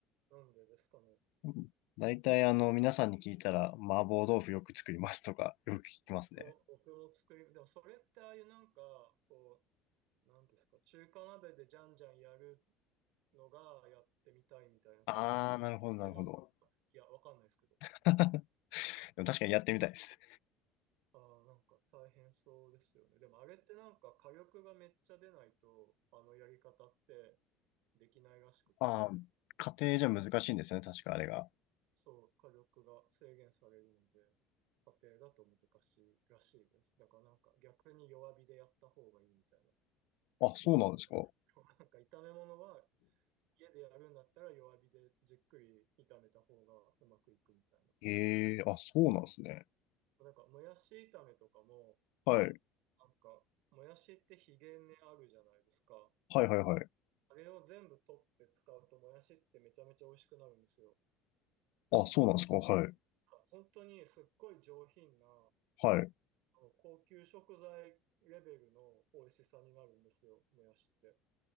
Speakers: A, on the right; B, on the left.
A: なんでですかね。
B: うん大体あの、皆さんに聞いたら、麻婆豆腐よく作りますとか、よく聞きますね。
A: もう僕も作り、でもそれってああいうなんか、こう、なんですか、中華鍋でじゃんじゃんやるのがやってみたいみたいなこと、
B: ああ、なるほど、なるほど。
A: 違う、いや、わかんないですけど。
B: <laughs> でも確かにやってみたいです。
A: ああ、なんか大変そうですよね。でもあれってなんか火力がめっちゃ出ないと、あのやり方ってできないらしくて、
B: <laughs> ああ、家庭じゃ難しいんですね、確かあれが。
A: そう、火力が制限されるので、家庭だと難しいらしいです。だからなんか逆に弱火でやった方がいいみたいな
B: あ、そうなんですか。
A: のもなんか炒め物は家でやるんだったら弱火でじっくり炒めた方がうまくいくみたいな。
B: ええ、あ、そうなんですね。
A: そうなんかもやし炒めとかも、
B: はい。
A: なんかもやしってひげ根あるじゃないですか。
B: はいはいはい。
A: あれを全部取って使うともやしってめちゃめちゃ美味しくなるんですよ。
B: あ、そうなんですか。はい。
A: 本当にすっごい上品なあ
B: はい。
A: の高級食材レベルの美味しさになるんですよ、もやしって。